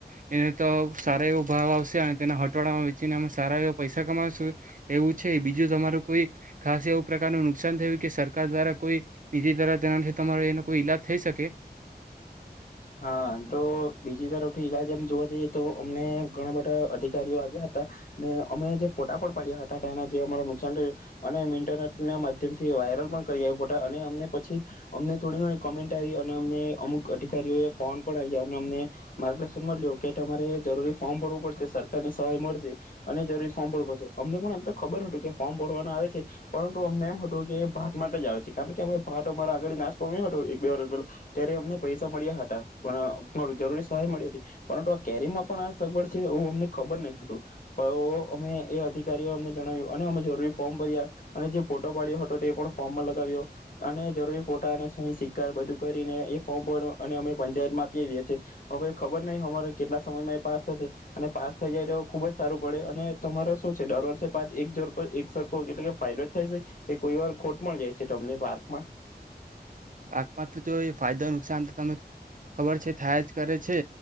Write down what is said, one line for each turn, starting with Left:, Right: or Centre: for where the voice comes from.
Right: એને તો સારા એવો ભાવ આવશે અને તેના હટવાડામાં વેચીને અમે સારા એવા પૈસા કમાશું એવું છે, બીજું તમારું કોઈ ખાસ એવું પ્રકારનું નુકસાન થયું કે સર કાર દ્વારા કોઈ નીજી ધરા જનાથી તમારે એનો કોઈ ઈલાજ થઈ શકે?
Left: હા આમ તો બીજી તરફથી ઈલાજ એમ જોવા જઈએ તો અમને ઘણા બધા અધિકારીઓ આવ્યા હતા ને અમે જે ફોટા પણ પાડયા હતા તેના જે અમારું નુકસાન થયું અને ઇન્ટરનેટ ના માધ્યમથી વાયરલ પણ કરી આવ્યું, પ અને અમને પછી અમને થોડી ઘણી કોમેન્ટ આવી અને અમને અમુક અધિ કારીઓ એ ફોન પણ આઇયા અને અમને માર્ગદર્શન મળ્યું કે તમારે જરૂરી ફોર્મ ભરવું પડશે સરકારની સહાય મળશે અને જરૂરી ફોર્મ ભરવું પડશે, અમને પણ એમ તો ખબર હતું કે ફોર્મ ભરવાનું આવે છે, પરંતુ અમને એમ હતું કે ભાત માટે જ આવે છે કારણ કે અમે ભાત અમારે આગળી નાશ પામ્યો હતો એક બે વર્ષ પેલા, ત્યારે અમને પૈસા મળ્યા હતા પણ જરૂરી સહાય મળી હતી પરંતુ આ કેરીમાં પણ આ સગવડ છે એવું અમને ખબર નહી હતું, પણ અમે એ અધિકારીઓ અમને જણાવ્યું અને અમે જરૂરી ફોર્મ ભર્યા અને જે ફોટો પાડ્યો હતો તે પણ ફોર્મમાં લગાવ્યો અને જરૂરી ફોટા સહી, સિકા બધું કરીને એ ફોર્મ ભર અને અમે પંચાયતમાં આપી આવીયા છીએ, હવે ખબર નહી અમારે કેટલા સમયમાં એ પાસ થશે અને પાસ થઈ જાય તો ખુબ જ સારું પડે અને તમારો શું છે દર વર્ષે પા એક જોરકો એક સરખો એટલે કે ફાયદો જ થાય છે કે કોઈ વાર ખોટ પણ જાય છે તમને પાર્કમાં?
Right: આતમાં તો જો ફાયદો નુકસાન તો તને ખબર છે થાય જ કરે છે,